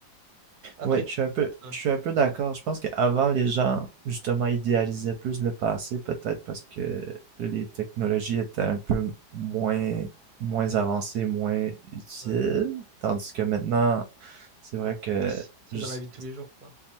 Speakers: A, on the right; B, on the right.
A: Après,
B: Oui, je suis un peu,
A: ouais,
B: je suis un peu d'accord. Je pense qu'avant, les gens, justement, idéalisaient plus le passé, peut-être parce que les technologies étaient un peu moins, moins avancées, moins utiles.
A: ouais.
B: Tandis que maintenant, c'est vrai que
A: C'est c'est
B: juste-
A: dans la vie de tous les jours, quoi.